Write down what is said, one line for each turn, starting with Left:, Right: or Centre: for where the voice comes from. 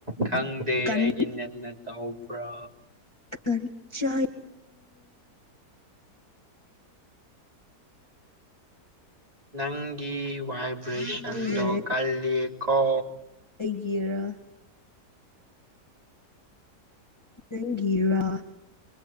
Right: ꯈꯪꯗꯦ
Left: ꯀꯟꯒꯟ
Right: ꯑꯩꯒꯤ ꯅꯠꯟꯅ ꯇꯧꯕ꯭ꯔꯥ
Left: ꯀꯪ ꯆ
Right: ꯅꯪꯒꯤ ꯚꯥꯏꯕ꯭ꯔꯦꯁꯟꯗꯣ
Left: ꯈꯪꯗꯔꯦ
Right: ꯀꯂꯦꯀꯣ
Left: ꯌꯦꯔ ꯅꯪꯒꯔꯥ